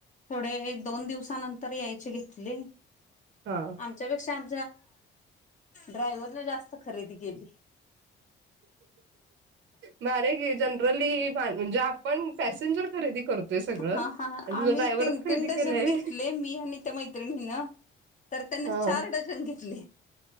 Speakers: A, on the left; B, on the right.
A: थोडे दोन दिवसानंतर यायचे घेतले
B: हा
A: आमच्यापेक्षा आम ड्रायव्हरने जास्त खरेदी केली
B: ब जनरली म्हणजे आपण पॅसेंजर खरेदी करतोय सगळं
A: हा हा
B: आणि
A: आम्ही
B: तुझा ड्रायव्हरच
A: तीन
B: खरेदी
A: तीन डझन
B: केलाय
A: घेतले मी आणि त्या मैत्रिणीन तर त्यांन
B: हा
A: चार डझन घेतले